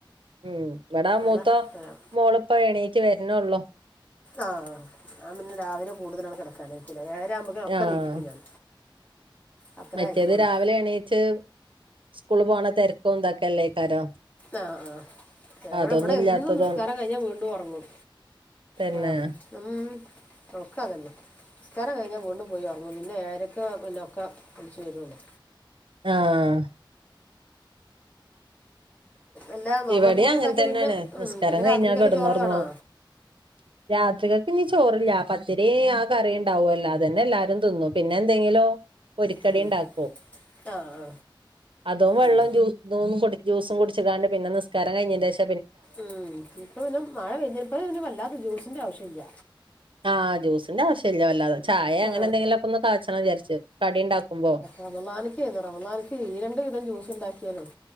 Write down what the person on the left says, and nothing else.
അതാ തരാം
ആഹ് ഞാൻ പിന്നെ രാവിലെ കൂടുതലണ്ട് കെടക്കാൻ അയിക്കൂല ഏഴര ആവുമ്പോക്കും ഒക്കെ
നീപ്പിക്കും ഞാൻ അത്രേ
ആയിക്കോള്ളൂ
ആഹ് ആഹ് എവിടെ
ഇവിടെ
എന്നും നിസ്കാരം കഴിഞ്ഞാൽ വീണ്ടും ഉറങ്ങും
അതാണ് ഉം ഒക്കതന്നെ നിസ്കാരം കഴിഞ്ഞാൽ വീണ്ടും പോയി ഒറങ്ങും പിന്നെ ഏഴരെക്കെ പിന്നെ ഒക്കെ എണീച്ച് വെരൊള്ളൂ
എല്ലാ നോമ്പറക്കുമ്പോൾ
ഉണ്ടാക്കി
പിന്നെ ഉം,
പിന്നെ
രാത്രിക്കൊക്കെ
ചോറ് വേണോ
ഉം,
ആ ആ
ഉം,
ഉം ഇപ്പൊ ഇന്നെ മഴ പെയതിപ്പന്നെ വല്ലാത്തെ ജ്യൂസിന്റെ ആവശ്യം ഇല്ല
ആ,
റമളാനിക്ക്, റമളാനിക്ക് ഈരണ്ട് വീതം ജ്യൂസ് ഉണ്ടാക്കിയാലോ